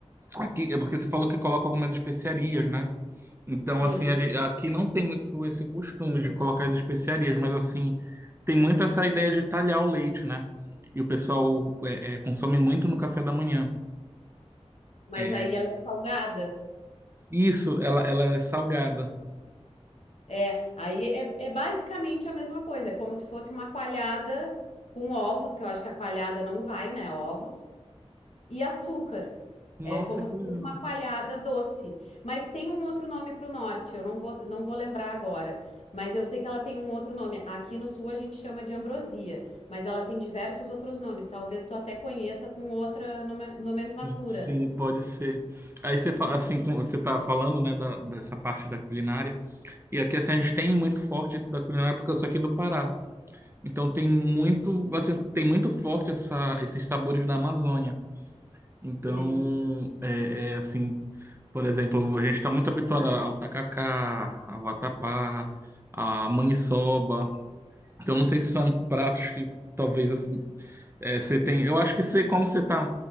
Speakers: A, on the right; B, on the left.
A: aqui é porque você falou que coloca algumas especiarias, né? Então
B: Sim.
A: assim, a gente- aqui não tem muito esse costume de colocar as especiarias, mas assim tem muito essa ideia de talhar o leite, né? E o pessoal é, é, consome muito no café da manhã.
B: Mas
A: É,
B: aí ela é salgada.
A: Isso, ela, ela é salgada.
B: É, aí é, é basicamente a mesma coisa, é como se fosse uma coalhada com ovos, que eu acho que a coalhada não vai, né? Ovos e açúcar.
A: Nossa,
B: É como
A: que
B: se
A: legal.
B: fosse uma coalhada doce. Mas tem um outro nome para o norte, eu não vou, não vou lembrar agora. Mas eu sei que ela tem um outro nome. Aqui no sul a gente chama de ambrosia, mas ela tem diversos outros nomes. Talvez tu até conheça com outra nome- nomenclatura,
A: Sim,
B: né?
A: pode ser. Aí você fa- assim, como você tá falando, né, da, dessa parte da culinária. E aqui assim a gente tem muito forte isso da culinária porque eu sou aqui do Pará. Então tem muito, assim, tem muito forte essa esses sabores da Amazônia. Então,
B: Que delícia.
A: é, é, assim, por exemplo, a gente está muito habituado ao tacacá, ao vatapá, à maniçoba. Então não sei se são pratos que talvez assim, é, você tem, eu acho que você, como você está